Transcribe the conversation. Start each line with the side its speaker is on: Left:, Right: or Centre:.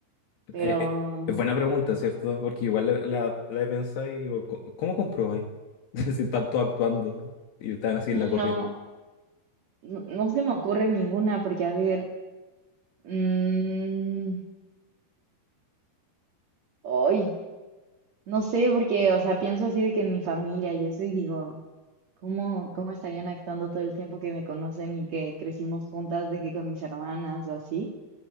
Right: Pero
Left: eh, eh, es buena pregunta, ¿cierto? Porque igual la, la- la he pensado y digo, "Co- ¿cómo comprobáis <laughs> si están todos actuando y están así
Right: sí,
Left: en la corriente?
Right: no, no, no se me ocurre ninguna porque, a ver, mm, ay, no sé, porque, o sea, pienso así de que en mi familia y eso y digo, ¿cómo, cómo estarían actuando todo el tiempo que me conocen y que crecimos juntas, de que con mis hermanas o así?